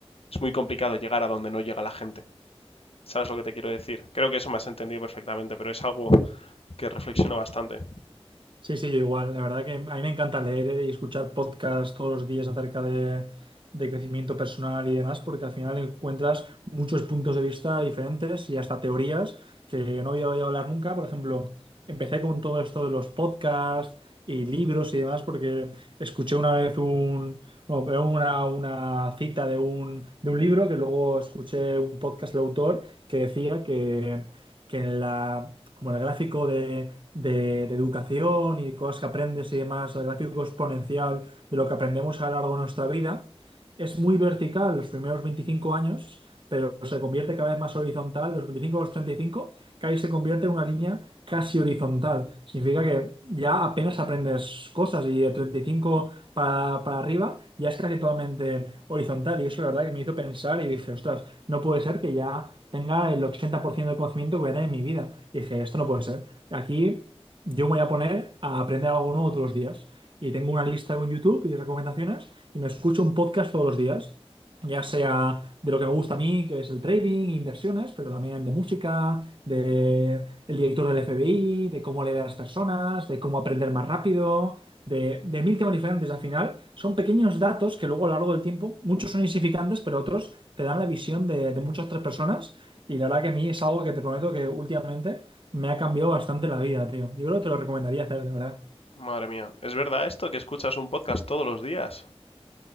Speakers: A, on the left; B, on the right.
A: es muy complicado llegar a donde no llega la gente. ¿Sabes lo que te quiero decir? Creo que eso me has entendido perfectamente, pero es algo que reflexiono bastante.
B: Sí, sí, yo igual. La verdad que a mí me encanta leer y escuchar podcasts todos los días acerca de, de crecimiento personal y demás, porque al final encuentras muchos puntos de vista diferentes y hasta teorías que no había oído hablar nunca. Por ejemplo, empecé con todo esto de los podcasts y libros y demás, porque escuché una vez un, bueno, pero una, una cita de un, de un libro que luego escuché un podcast del autor que decía que, que en la como el gráfico de, de- de educación y cosas que aprendes y demás, el gráfico exponencial de lo que aprendemos a lo largo de nuestra vida, es muy vertical los primeros 25 años, pero se convierte cada vez más horizontal, de los 25 a los 35, que ahí se convierte en una línea casi horizontal. Significa que ya apenas aprendes cosas y de 35 para, para arriba ya es casi totalmente horizontal y eso la verdad que me hizo pensar y dije, ostras, no puede ser que ya tenga el 80% del conocimiento que voy a tener en mi vida. Y dije, esto no puede ser. Aquí yo me voy a poner a aprender algo nuevo todos los días. Y tengo una lista en YouTube y recomendaciones y me escucho un podcast todos los días, ya sea de lo que me gusta a mí, que es el trading, inversiones, pero también de música, de el director del FBI, de cómo leer a las personas, de cómo aprender más rápido. De, de mil temas diferentes al final, son pequeños datos que luego a lo largo del tiempo, muchos son insignificantes, pero otros te dan la visión de, de muchas otras personas y la verdad que a mí es algo que te prometo que últimamente me ha cambiado bastante la vida, tío. Yo creo que te lo recomendaría hacer, de verdad.
A: Madre mía, ¿es verdad esto que escuchas un podcast todos los días?